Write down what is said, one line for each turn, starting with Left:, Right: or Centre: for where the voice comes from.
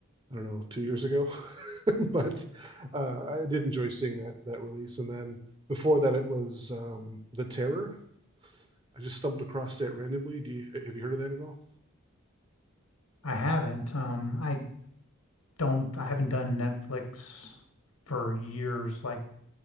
Right: I don't know two years ago, <laughs> but uh, I did enjoy seeing that that release. And then before that, it was um, The Terror. I just stumbled across that randomly. Do you have you heard of that at all?
Left: I haven't. Um, I don't I haven't done Netflix for years. Like